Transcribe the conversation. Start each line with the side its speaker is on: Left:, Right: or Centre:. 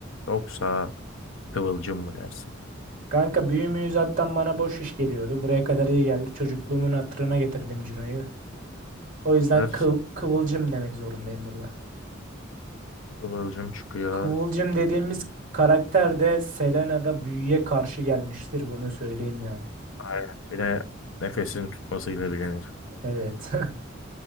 Left: yoksa Kıvılcım mı dersin?
Right: Kanka büyü müyü zaten bana boş iş geliyordu. Buraya kadar iyi geldi. Çocukluğumun hatırına getirdim Cino'yu. O yüzden
Left: Bunlar
Right: kı- kıvılcım demek zorundayım burada.
Left: Kıvılcım çıkıyor.
Right: Kıvılcım dediğimiz karakter de Selena'da büyüye karşı gelmiştir. Bunu söyleyeyim yani.
Left: Aynen. Bir de nefesini tutmasıyla bilinir.
Right: Evet.